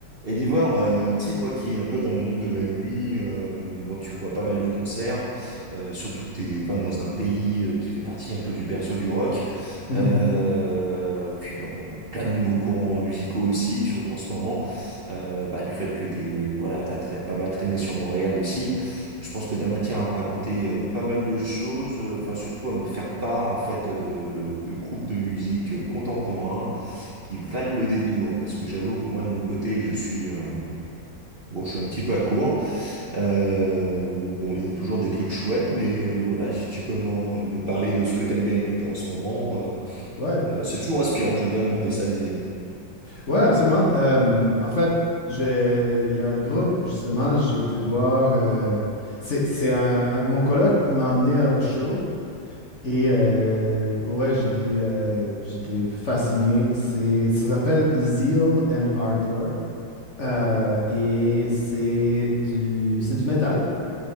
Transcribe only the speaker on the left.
Mhm.
Ouais,
ouais, absolument. Euh, en fait, j'ai- il y a un groupe, justement, j'ai été voir. euh, c'est, c'est un, un- mon coloc m'a emmené à un show et euh, pour vrai, j'étais euh, j'étais fasciné. C'est, ça s'appelle Zeal and Ardor Euh, et c'est du, c'est du métal.